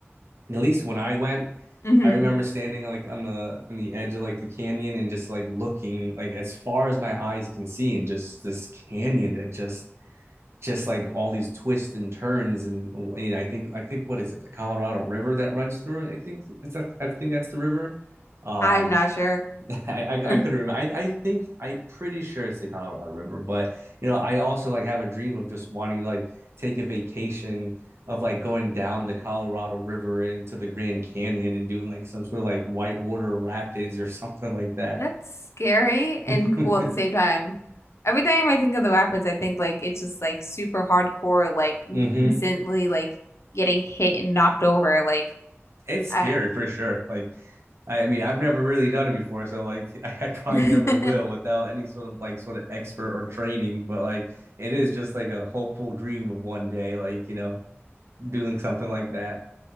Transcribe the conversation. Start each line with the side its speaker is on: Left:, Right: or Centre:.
Right: at least when I went
Left: hmm
Right: I remember standing like on the on the edge of like the canyon and just like looking like as far as my eyes can see and just this canyon that just just like all these twists and turns and you know I think I think what is it the Colorado River that runs through it I think it's I think that's the river um
Left: I'm not sure. <laughs>
Right: <laughs> I, I I couldn't remember. I, I think I'm pretty sure it's the Colorado River, but you know, I also like have a dream of just wanting to like take a vacation of like going down the Colorado River into the Grand Canyon and doing like some sort of like whitewater rapids or <laughs> something like that.
Left: That's scary and
Right: <laughs>
Left: cool at the same time. Every time I think of the Rapids, I think like it's just like super hardcore, like
Right: hmm
Left: constantly like getting hit and knocked over. Like,
Right: It's scary
Left: I
Right: for sure. Like I, I mean, I've never really done it before, so like <laughs> I, I probably
Left: <laughs>
Right: never will without any sort of like sort of expert or training. But like it is just like a hopeful dream of one day, like you know, doing something like that.